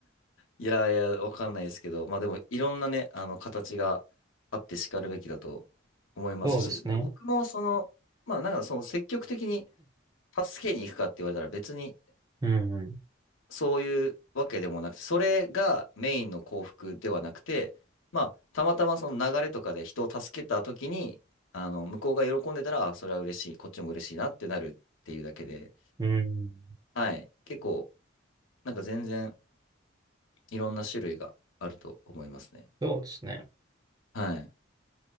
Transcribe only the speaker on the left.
いやいや、わかんないですけど、まあでも、いろんなね、あの、形があってしかるべきだと思いますし、
僕もその、まあなんか、その積極的に助けに行くかって言われたら別に、
そういうわけでもなくて、それがメインの幸福ではなくて、まあ、たまたまその流れとかで人を助けた時に、あの、向こうが喜んでたら、あそれは嬉しい、こっちも嬉しいなってなるっていうだけで、
はい。結構、なんか全然いろんな種類があると思いますね。
はい。